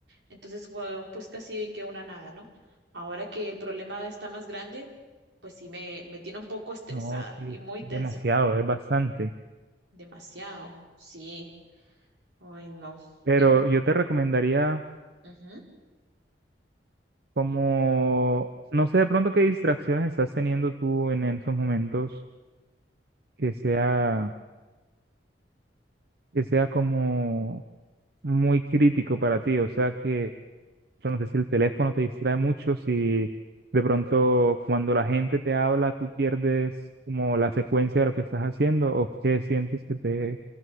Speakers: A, on the right (about 85°); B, on the right (about 60°).
A: Entonces fue pues casi que una nada, ¿no? Ahora que el problema está más grande, pues sí me, me tiene un poco estresada
B: No, sí,
A: y
B: es
A: muy
B: es
A: tensa.
B: demasiado, es bastante.
A: Demasiado, sí. Ay, no.
B: Pero
A: Y,
B: yo te recomendaría
A: ujú.
B: como, no sé de pronto qué distracciones estás teniendo tú en esos momentos que sea, que sea como muy crítico para ti, o sea que Yo no sé si el teléfono te distrae mucho, si de pronto cuando la gente te habla tú pierdes como la secuencia de lo que estás haciendo o qué sientes que te,